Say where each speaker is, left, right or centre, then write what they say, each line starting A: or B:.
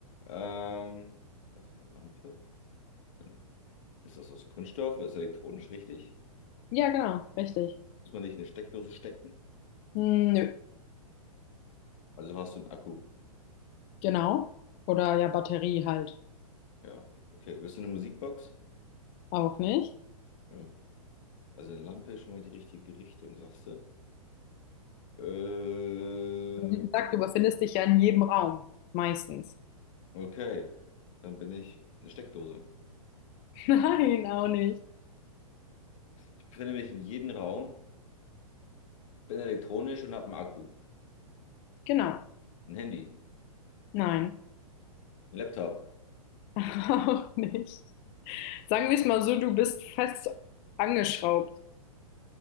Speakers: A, on the left; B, on the left.
A: Ähm, das ist meine Lampe. Dann ist das aus Kunststoff, ist elektronisch richtig?
B: Ja, genau, richtig.
A: Muss man nicht in eine Steckdose stecken?
B: Hm, Nö,
A: Also hast du einen Akku.
B: genau. Oder ja, Batterie halt.
A: Ja, okay. Willst du eine Musikbox?
B: Auch nicht.
A: Ja. Also eine Lampe ist schon mal die richtige Richtung, sagst du. Äh,
B: Also Wie gesagt, du befindest dich ja in jedem Raum. Meistens.
A: okay, dann bin ich eine Steckdose.
B: <laughs> Nein, auch nicht.
A: Ich befinde mich in jedem Raum, bin elektronisch und habe einen Akku,
B: Genau.
A: ein Handy,
B: Nein,
A: einen Laptop,
B: <laughs> auch nicht. Sagen wir es mal so, du bist fest angeschraubt.